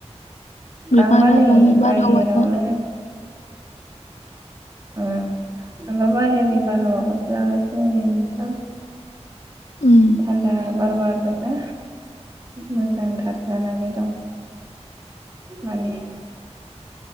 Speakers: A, on the left; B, on the right.
A: बिफां
B: आंबा
A: लाइफांनि
B: नै
A: बारहावाजों
B: बाहेरावनो ओ होमबाबा हेमे बारहावाखौसो लागासिनो नै नोथां।
A: उम
B: थान्दा बार बारदोंं ना। मोजांथार जानानै दं माने।